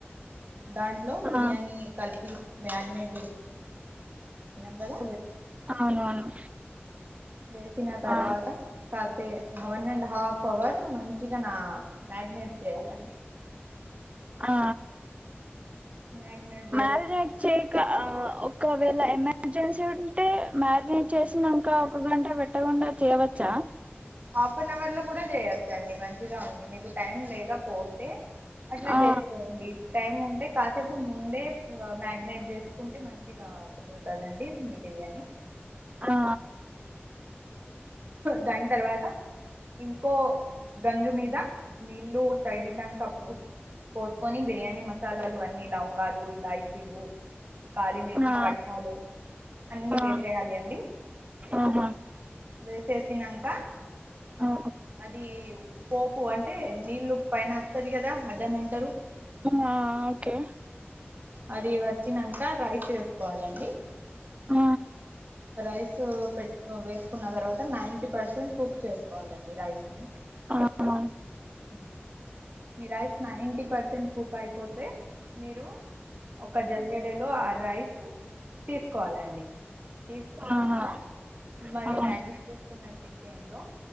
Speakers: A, on the right; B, on the right.
A: దాంట్లో బిర్యానీ
B: ఆ
A: కలి తీ మ్యాగనైట్ జేస్ ఉన్నాం గదా
B: అవునవును
A: వేసిన తర్వాత
B: ఆ
A: కాసే వన్ అండ్ హఫ్ అవర్ మంచిగ నా మ్యాగ్నె జేయాలండి
B: ఆ
A: మ్యాగనడ్
B: అలా చేక ఒకవేళ ఎమర్జెన్సీ ఉంటే మ్యాగ్నయిట్ చేసినంకా ఒక గంట పెట్టకుండా చేయవచ్చా
A: హాఫ్ అన్ అవర్లో కూడా జేయొచ్చండి మంచిగా ఉంది మీకు టైం లేక పోతే అట్లా
B: ఆ
A: చేసుకోండి టైమ్ ఉంటే కా సేపు ముందే మ్యాగినేట్ చేసుకుంటే మంచిగా కుదురు కదండి మీ బిర్యానీ
B: ఆ
A: దాని తర్వాత ఇంకో గంజు మీద నీళ్లు తైరినంక అప్పుడు పోసుకొని బిర్యానీ మసాలాలు అన్ని లవంగాలు ఇలాయిచీలు కాళిమిర్చి
B: ఆ
A: పట్టాలు అన్నీ
B: ఆ
A: వేసేయాలి అండి
B: ఆహా
A: వేసేసినంక
B: ఆ
A: అది పోపు అంటే నీల్లు పైన వస్తది కదా అద అని అంటరు
B: హా ఓకే
A: అది వచ్చినంక రైస్ వేసుకోవాలండి
B: ఆ
A: రైస్ పెట్టు వేసుకున్న తర్వాత నైంటీ పర్సెంట్ కుక్ చేసుకోవాలండి రైస్ ని
B: ఆ
A: ఆ మీ రైస్ నైన్టీ పర్సెంట్ కుక్ అయిపోతే మీరు ఒక జల్లెడలో ఆ రైస్ తీసుకోవాలండి తీసుకున్నంక
B: ఆహా
A: మరి
B: అలా
A: మ్యాగినేట్ చేసుకున్న చికెన్లో